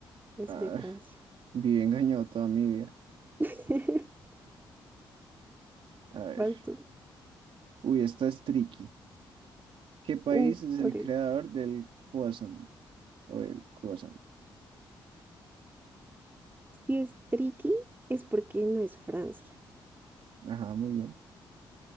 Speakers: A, on the right; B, on the right.
A: es
B: Ah,
A: de Francia.
B: Vive engañado toda mi vida.
A: <laughs>
B: A ver.
A: Vas tú.
B: Uy, esta es tricky. ¿Qué país
A: Mm,
B: es el
A: ok.
B: creador del croissant? O el croissant.
A: Si es tricky, es porque no es Francia.
B: Ajá, muy bien.